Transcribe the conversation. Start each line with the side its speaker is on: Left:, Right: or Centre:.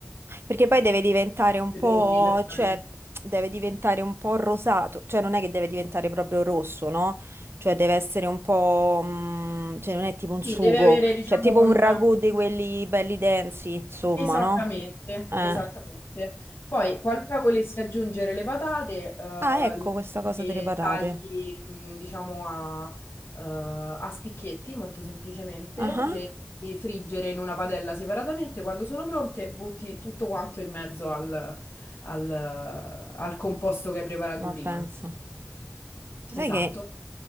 Right: perché poi deve diventare un
Left: Peperoni,
Right: po',
Left: perdonami.
Right: cioè deve diventare un po' rosato, cioè non è che deve diventare proprio rosso, no? Cioè deve essere un po', mm, cioè non è tipo un
Left: Sì,
Right: sugo,
Left: deve avere, diciamo,
Right: cioè tipo
Left: un...
Right: un ragù di quelli belli densi, insomma,
Left: Esattamente,
Right: no? Eh.
Left: esattamente. Poi, qualora volessi aggiungere le patate, eh,
Right: Ah, ecco questa cosa
Left: le
Right: delle patate.
Left: tagli, mh, diciamo, a, eh, a spicchietti, molto semplicemente,
Right: Ah, ah,
Left: le le friggere in una padella separatamente. Quando sono pronte, butti tutto quanto in mezzo al, al- al composto che hai preparato
Right: ma
Left: prima.
Right: pensa. Sai
Left: Esatto.
Right: che